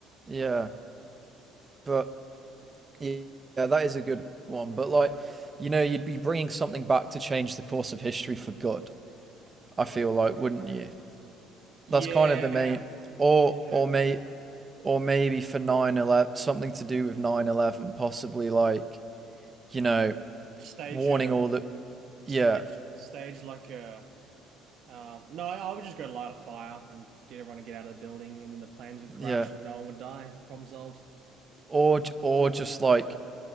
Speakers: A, on the right; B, on the right.
A: Yeah, but Yeah, that is a good one. But like, you know, you'd be bringing something back to change the course of history for good. I feel like, wouldn't you?
B: Yeah.
A: That's kind of the main, or
B: Yeah.
A: or may or maybe for nine eleven something to do with nine eleven, possibly like you know,
B: Stage
A: warning
B: a
A: all the
B: stage
A: yeah
B: stage like a Um, no, I would just go light a fire and get everyone to get out of the building, and then the planes would crash
A: yeah,
B: and no one would die. Problem solved.
A: or or just like